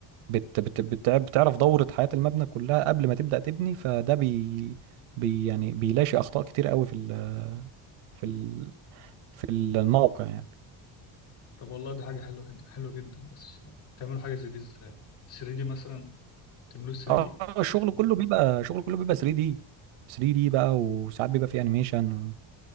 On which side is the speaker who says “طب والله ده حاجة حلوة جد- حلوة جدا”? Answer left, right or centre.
Left